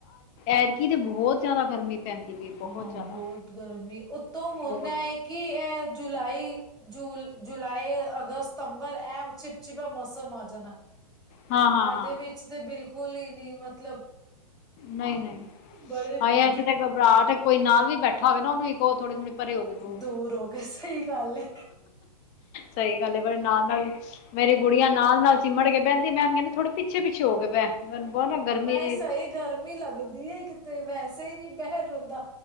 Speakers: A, on the left (about 25°); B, in the centre.
A: ਐਤਕੀ ਤੇ ਬਹੁਤ ਜ਼ਿਆਦਾ ਗਰਮੀ ਪੈਂਦੀ ਪਈ ਬਹੁਤ
B: ਹਾਂ
A: ਜ਼ਿਆਦਾ।
B: ਬਹੁਤ ਗਰਮੀ, ਉਤੋਂ ਹੁਣ
A: ਬਹੁਤ
B: ਐ ਏ ਕਿ ਇਹ ਜੁਲਾਈ ਜੁ ਜੁਲਾਈ ਅਗਸਤ ਸਤੰਬਰ ਇਹ ਚਿਪਚਿਪਾ ਮੌਸਮ ਆ ਜਾਣਾ
A: ਹਾਂ ਹਾਂ
B: ਇਹਦੇ
A: ਹਾਂ
B: ਵਿੱਚ ਤੇ ਬਿਲਕੁਲ ਹੀ ਨੀ ਮਤਲਬ
A: ਨਹੀਂ-ਨਹੀਂ,
B: ਬੜੇ
A: ਹਾਏ ਇੱਥੇ ਤੇ ਘਬਰਾਹਟ ਕੋਈ ਨਾਲ ਵੀ ਬੈਠਾ ਹੋਵੇ ਨਾ ਉਹਨੂੰ ਵੀ ਕਹੋ ਥੋੜੀ ਪਰੇ ਹੋ ਕੇ ਬਹੋ।
B: ਦੂਰ ਹੋ ਗਏ। ਸਹੀ ਗੱਲ ਏ।
A: ਸਹੀ ਗੱਲ ਏ। ਪਰ ਨਾਲ-ਨਾਲ, ਮੇਰੀ ਗੁੜੀਆਂ ਨੇ ਨਾਲ -ਨਾਲ ਚਿਮੜ ਕੇ ਬਹਿੰਦੀ, ਮੈਂ ਉਨ ਕਹਿੰਦੀ ਥੋੜੇ ਪਿੱਛੇ -ਪਿੱਛੇ ਹੋ ਕੇ ਬਹਿ। ਬਹੁਤ ਨਾ ਗਰਮੀ
B: ਨਹੀਂ
A: ਜਈ
B: ਸਹੀ ਗਰਮੀ ਲੱਗਦੀ ਏ ਕਿਤੇ, ਵੈਸੇ ਹੀ ਨਹੀਂ ਬਹਿਣ ਹੁੰਦਾ।